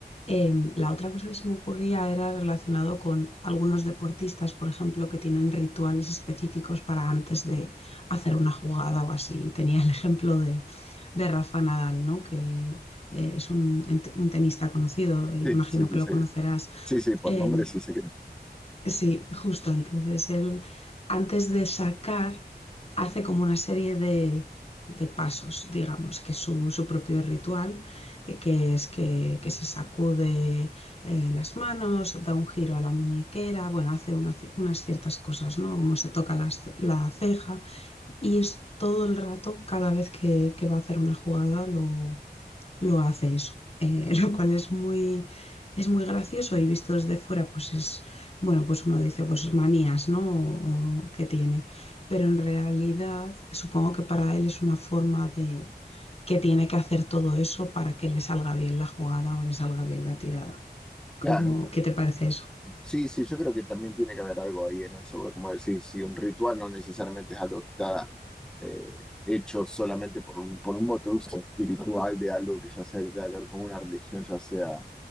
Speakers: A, on the left (about 35°); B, in the centre.
A: Em, la otra cosa que se me ocurría era relacionado con algunos deportistas, por ejemplo, que tienen rituales específicos para antes de hacer una jugada o así. Y Tenía el ejemplo de, de Rafa Nadal, ¿no? Que eh, es un, ent- un tenista conocido, imagino
B: Sí, sí, sí.
A: que lo
B: Sí,
A: conocerás.
B: sí, sí, por
A: Em,
B: nombre sí se cree.
A: Sí, justo. Entonces, él antes de sacar hace como una serie de, de pasos, digamos, que es su, su propio ritual, eh, que es que, que se sacude eh, las manos, da un giro a la muñequera, bueno, hace una ci- unas ciertas cosas, ¿no? Como se toca las- la ceja y es todo el rato, cada vez que, que va a hacer una jugada, lo, lo hace eso, eh, <laughs> lo cual es muy, es muy gracioso y visto desde fuera, pues es, bueno, pues uno dice, pues manías, ¿no? O- o que tiene, pero en realidad supongo que para él es una forma de que tiene que hacer todo eso para que le salga bien la jugada o le salga bien la tirada. ¿Cómo,
B: Claro.
A: qué te parece eso?
B: Sí, sí, yo creo que también tiene que haber algo ahí en eso, porque como decís, si un ritual no necesariamente es algo que está eh, hecho solamente por un, por un motivo espiritual de algo que ya sea que tenga que ver con una religión, ya sea